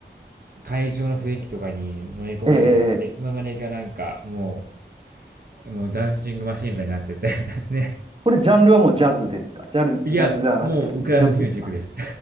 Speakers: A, on the right; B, on the right.
A: 会場の雰囲気とかに飲み込まれちゃって、
B: ええええ
A: いつの間にかなんかもう、もうダンシングマシーンみたいになってて <laughs> ね。
B: これジャンルはもうジャズですかジャル、
A: いや、
B: ジャズじゃなくて、
A: もうクラブミュージックです。
B: 四つ、